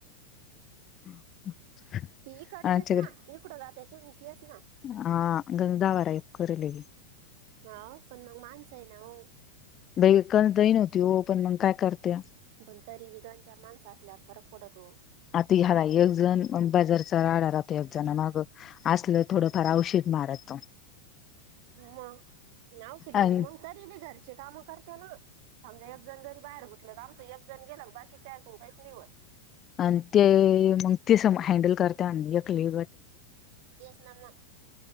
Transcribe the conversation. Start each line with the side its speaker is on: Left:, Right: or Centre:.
Left: <unintelligible>
Right: ती काढतेस
Left: आमच्याकडे
Right: ना कि कुठं गातय तुम्ही तीच ना
Left: हा <inaudible>
Right: हा पण मग माणसय ना हो
Left: दही कणस दही नव्हती
Right: <unintelligible>
Left: हो पण मग काय करत्या
Right: तरी दोन-चार माणस असल्यावर फरक पडतो
Left: आता ह्याला एक जण बाजारचा राडा राहतो एक जण माग असलं थोडंफार आवश्यक मारतो
Right: मग नासिक म्हणजे
Left: आणि
Right: मग तरी बी घरची कामं करते ना समजा एक जण जरी बाहेर गुतलं एक जण गेला बाकीच्या आहे कोण काहीच निवत
Left: आणि ते मग तिस हँडल करते अ यकली
Right: तेच ना मग.